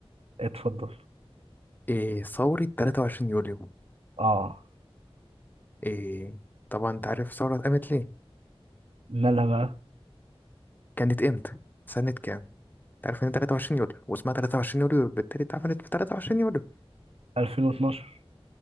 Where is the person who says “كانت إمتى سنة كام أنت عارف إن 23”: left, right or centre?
Left